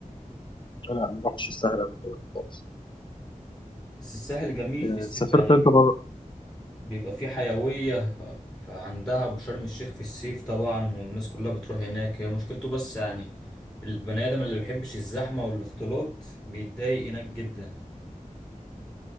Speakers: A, on the left; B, in the centre.
A: لا ما رحتش الساحل قبل كده خالص
B: بس الساحل جميل في
A: آه،
B: الصيف
A: سافرت
B: يعني
A: انت بره
B: بيبقى في حيوية آه، عندها أبو شرم الشيخ في الصيف طبعا والناس كلها بتروح هناك هي مشكلته بس يعني البني آدم اللي بيحبش الزحمة والاختلاط بيتضايق هناك جدا